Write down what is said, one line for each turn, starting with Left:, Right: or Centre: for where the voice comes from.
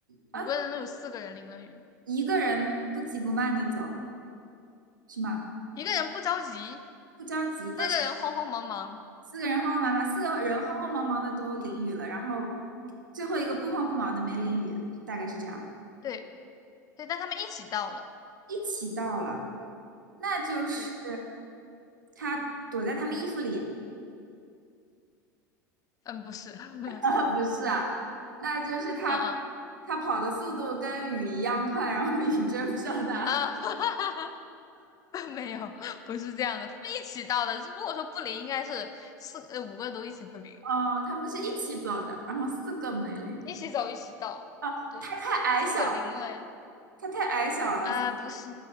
Right: 啊，
Left: 五个人都有四个人淋了雨，
Right: 一个人不急不慢的走，是吗？
Left: 一个人不着急，
Right: 不着急，但是。
Left: 四个人慌慌忙忙。
Right: 四个人慌慌忙忙，四个人慌慌忙忙的都淋雨了，然后最后一个不慌不忙的没淋雨，大概是这样。
Left: 对对，但他们一起到了。
Right: 一起到了，那就是
Left: 对，
Right: 他躲在他们衣服里，
Left: 嗯，不是，<laughs> 嗯
Right: <laughs> 啊，不是啊，那就是他
Left: 嗯
Right: 他跑的速度跟雨一样快，然后雨追不上他。
Left: 啊，
Right: <laughs>
Left: <laughs> 没有，不是这样的，他们一起到的。如果说不淋，应该是四呃五个都一起不淋吧，
Right: 哦，他们是一起走的，然后四个没淋。
Left: 一起走一起到。
Right: 啊，
Left: 对，
Right: 他太矮小了，
Left: 四个淋了，
Right: 他太矮小了，
Left: 啊、不是，